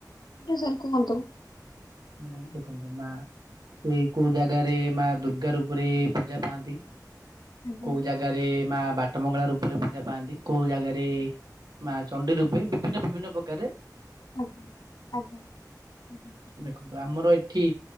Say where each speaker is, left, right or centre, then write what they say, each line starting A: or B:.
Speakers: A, on the left; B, on the right.
A: ଆଜ୍ଞା ସାର୍ କୁହନ୍ତୁ।
B: ମୁଁ କହିଲି ଦେଖନ୍ତୁ ମା ସେ କୋଉ ଜାଗାରେ ମା ଦୁର୍ଗା ରୂପରେ ପୂଜା ପାଆନ୍ତି
A: ଆଜ୍ଞା
B: କୋଉ ଜାଗା ଜାଗାରେ ମା ବାଟ ମଙ୍ଗଳା ରୂପରେ ପୂଜା ପାଆନ୍ତି କୋଉ ଜାଗାରେ ମା ଚଣ୍ଡି ରୂପେ ବିଭିନ୍ନ ବିଭିନ୍ନ ପ୍ରକାରେ
A: ଆଜ୍ଞା ଆଜ୍ଞା ଆଜ୍ଞା <inaudible>
B: ଦେଖନ୍ତୁ ଆମର ଏଠି